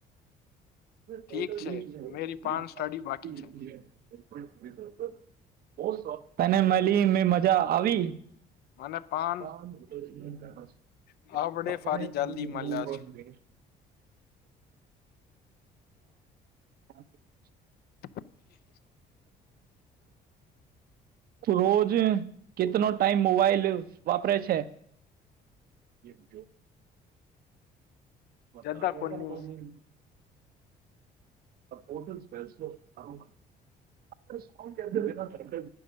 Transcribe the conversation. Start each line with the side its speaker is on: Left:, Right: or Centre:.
Right: <inaudible>
Left: ઠીક છે મેરી પાન સ્ટડી બાકી છે
Right: બો શોક તને મળી ને મજા આવી.
Left: મને પાન
Right: પાસે <unintelligible>
Left: આપડે
Right: આપણે
Left: ફારી જલ્દી
Right: અન બિલુવુ
Left: મળ્યા છે
Right: બેસ <unintelligible>
Left: <inaudible>
Right: રોજે કેતનો ટાઈમ મોબાઈલ વાપરે છે.
Left: <inaudible>
Right: પણ
Left: જદા
Right: તારે
Left: કોની
Right: ક્યાં કોઈનું હોટલ સેપલસયો અરોમા એટલે